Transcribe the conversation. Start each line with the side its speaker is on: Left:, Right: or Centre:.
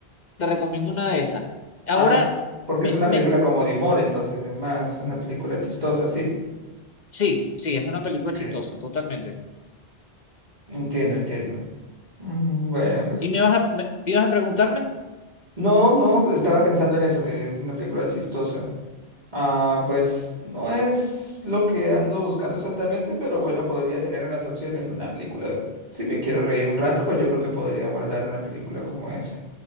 Left: te recomiendo una de esas. Ahora,
Right: Ah, porque
Left: me,
Right: es una
Left: me,
Right: película como de humor, entonces, es más una película chistosa, ¿sí?
Left: sí, sí, es una película
Right: Que
Left: chistosa, totalmente.
Right: entiendo, entiendo. Mm, Bueno, pues,
Left: ¿Y me vas a, me- ibas a preguntarme?
Right: no, no, estaba pensando en eso, que es una película chistosa. Ah, pues, no es lo que ando buscando exactamente, pero bueno, podría tener unas opciones en una película. Si me quiero reír un rato, pues yo creo que podría guardar una película como esa.